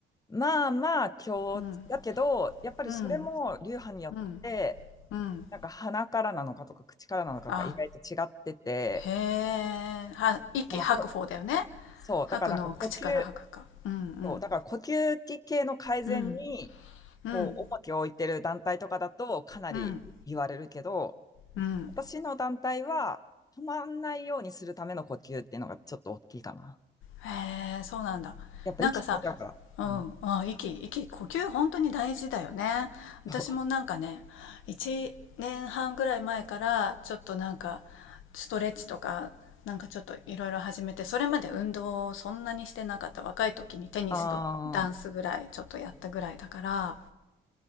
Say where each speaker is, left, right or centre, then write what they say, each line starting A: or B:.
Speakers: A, on the left; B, on the left.
A: まあまあ共日だけど、
B: うん
A: やっぱりそれも流派によって、
B: うんうんうん
A: なんか鼻からなのかとか口からなのかが意外と違ってて、
B: あへえは息吐く方だよね
A: このこ、そう、
B: 吐くのを口から吐くかうんうん
A: だからなんか呼吸、そう、だから呼吸器系の改善に、
B: うんうん
A: こう、重きを置いてる団体とかだとかなり言われるけど、
B: うんうん
A: 私の団体は止まんないようにするための呼吸っていうのがちょっと大きいかな。
B: へえそうなんだなんかさ
A: やっぱ生きてみたから。
B: うんあ息息呼吸本当に大事だよね私もなんかね1年半ぐらい前からちょっとなんか
A: うん、そう
B: ストレッチとかなんかちょっといろいろ始めてそれまで運動をそんなにしてなかった若い時にテニスとダンスぐらいちょっとやったぐらいだから
A: あ